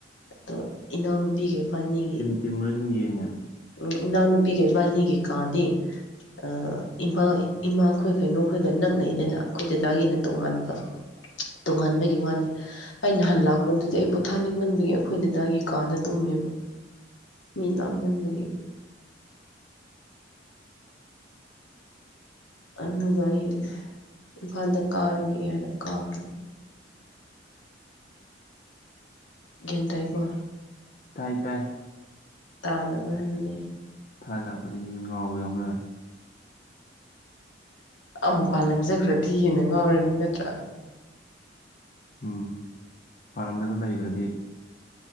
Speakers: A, on the left; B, on the left.
A: ꯑꯗꯣ ꯏꯅꯥꯎꯅꯨꯄꯤ ꯀꯩ ꯄꯥꯅꯤꯒꯤ
B: ꯇꯤꯃꯣꯏ ꯑꯗꯨꯝ ꯌꯦꯡꯉꯦ
A: ꯎꯝ ꯏꯅꯥꯎ ꯅꯨꯄꯤꯒ ꯏꯕꯥꯅꯤꯒꯤꯀꯥꯗꯤ ꯑꯥ ꯏꯝꯐꯥꯜ ꯏꯃꯥ ꯈꯣꯏ ꯀꯩꯅꯣ ꯈꯣꯏꯒ ꯅꯛꯅꯩꯗꯅ ꯑꯩꯈꯣꯏ ꯗꯗꯥꯒꯤꯅ ꯇꯣꯉꯥꯟꯕ ꯇꯣꯉꯥꯟꯕꯒꯤ ꯋꯥꯅꯤ ꯑ ꯅꯍꯥꯟ ꯂꯥꯛꯄꯗꯨꯗꯤ ꯑꯩ ꯄꯣꯊꯥꯅꯤꯡꯃꯟꯕꯒꯤ ꯑꯩꯈꯣꯏꯗꯗꯥꯒꯤꯩꯀꯥꯗ ꯇꯨꯝꯃꯦꯕ ꯃꯤ ꯂꯥꯡꯃꯟꯕꯒꯤ
B: <inaudible>
A: ꯑꯗꯨꯒ ꯑꯩ ꯏꯝꯐꯥꯜꯗ ꯀꯥꯔꯒꯦ ꯍꯥꯏꯅ ꯀꯥꯈ꯭ꯔꯕ ꯒꯦꯟꯇꯥꯏꯀꯣ
B: ꯇꯥꯏ ꯇꯥꯏ
A: ꯇꯥꯟꯗꯕ꯭ꯔꯥ ꯍꯥꯏꯕꯅꯤ
B: ꯐꯔ ꯂꯥꯛꯄꯗꯤ ꯃꯤ ꯉꯥꯎꯕ ꯌꯥꯎꯅꯔꯦ
A: ꯃꯨꯄꯥꯟ ꯂꯝꯖꯈ꯭ꯔꯗꯤ ꯍꯦꯟꯅ ꯉꯥꯎꯔꯅꯤ ꯅꯠꯇ꯭ꯔꯥ
B: ꯎꯝ ꯃꯄꯥꯜꯔꯣꯝꯗꯒ ꯂꯩꯈꯔꯗꯤ